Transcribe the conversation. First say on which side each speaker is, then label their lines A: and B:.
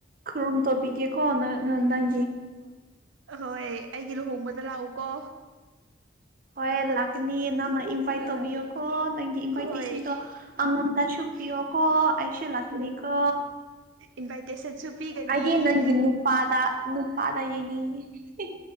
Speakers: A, on the right; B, on the right.
A: ꯈꯨꯔꯨꯝ ꯇꯧꯕꯤꯒꯦꯀꯣ ꯅꯪ ꯅꯪ ꯅꯪ
B: ꯍꯣꯏ ꯑꯩꯒꯤ ꯂꯨꯍꯣꯡꯕꯗ ꯂꯥꯛꯎꯀꯣ
A: ꯍꯣꯏ ꯂꯥꯛꯀꯅꯤꯌꯦ ꯅꯪꯅ ꯏꯟꯚꯥꯏꯠ ꯇꯧꯕꯤꯌꯨꯀꯣ ꯅꯪꯒꯤ ꯏꯟꯚꯥꯏꯇꯦꯁꯟꯗꯣ
B: ꯍꯣꯏ
A: ꯑꯉꯝꯗ ꯆꯨꯄꯤꯌꯣꯈꯣ ꯑꯩꯁꯨ ꯂꯥꯛꯀꯅꯤꯀꯣ
B: ꯏꯟꯚꯥꯏꯇꯦꯁꯟꯁꯨ ꯄꯤꯒꯅꯤ
A: ꯑꯩꯗꯤ ꯅꯪꯒꯤ ꯅꯨꯄꯥꯗ ꯅꯨꯄꯥꯗ ꯌꯦꯅꯤꯡꯉꯤ ꯍꯤ